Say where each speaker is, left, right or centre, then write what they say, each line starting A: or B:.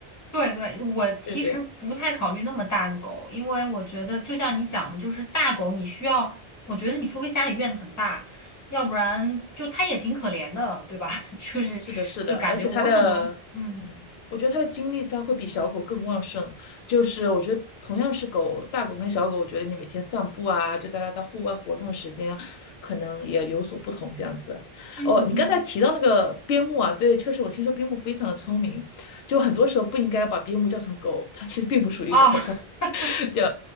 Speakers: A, on the left; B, on the left.
A: 对对，我其实不太考虑那么大的狗，
B: 对对。
A: 因为我觉得就像你讲的，就是大狗你需要，我觉得你除非家里院子很大，要不然就它也挺可怜的，对吧？<laughs> 就是就感觉我可能，
B: 是的，是的，而且它的，
A: 嗯
B: 嗯，我觉得它的精力它会比小狗更旺盛。就是我觉得同样是狗，大狗跟小狗，我觉得你每天散步啊，就带它到户外活动的时间，可能也有所不同这样子。
A: 嗯嗯，
B: 哦，你刚才提到那个边牧啊，对，确实我听说边牧非常的聪明，就很多时候不应该把边牧叫成狗，它其实并不属于狗，
A: 哦
B: 它
A: <laughs>
B: <laughs> 就